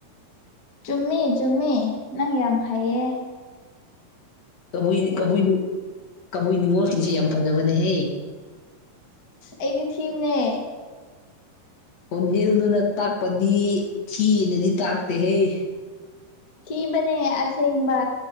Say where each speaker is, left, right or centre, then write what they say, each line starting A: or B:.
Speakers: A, on the left (about 35°); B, on the left (about 55°).
A: ꯆꯨꯝꯃꯤ ꯆꯨꯝꯃꯤ ꯅꯪ ꯌꯥꯝ ꯍꯩꯑ
B: ꯕꯨ ꯀꯕꯨ ꯀꯕꯨꯏ ꯅꯤꯡꯅꯤꯉꯣꯜꯇꯤꯁꯦ ꯌꯥꯝ ꯐꯖꯕꯅꯦꯍꯦ
A: ꯑꯩꯗꯤ ꯊꯤꯝꯅꯦ
B: ꯈꯣꯟꯖꯦꯜꯗꯨꯅ ꯇꯥꯛꯄꯗꯤ ꯊꯤꯅꯗꯤ ꯇꯥꯛꯇꯦ ꯍꯩ
A: ꯊꯤꯕꯅꯦ ꯑꯁꯦꯡꯕ